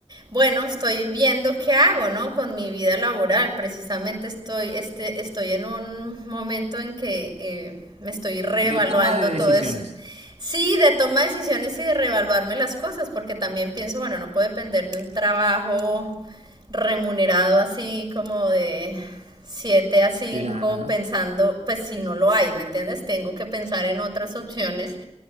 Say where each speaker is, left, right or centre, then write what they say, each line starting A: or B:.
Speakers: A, on the right (about 35°); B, on the right (about 80°).
A: bueno, estoy viendo qué hago, ¿no? Con mi vida laboral. Precisamente estoy, este, estoy en un momento en que eh, me estoy reevaluando
B: De toma de decisiones,
A: todo eso. Sí, de toma de decisiones y de reevaluarme las cosas, porque también pienso, bueno, no puedo depender de un trabajo remunerado así como de 7 a cinco
B: claro.
A: pensando, pues si no lo hay, ¿me entiendes? Tengo que pensar en otras opciones